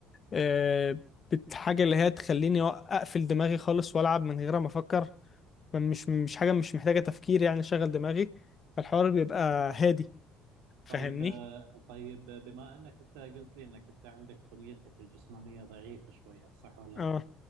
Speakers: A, on the left; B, on the right.
A: أه... بت- حاجه اللي هي تخليني أق- اقفل دماغي خالص والعب من غير ما افكر مش مش حاجة مش محتاجة تفكير يعني شغل دماغي فالحوار بيبقى هادي فاهمني
B: طيب آه، طيب آه، بما انك انت قلت لي انك انت عندك بنيتك الجسمانيه ضعيفه شويه صح ولا
A: اه
B: لا؟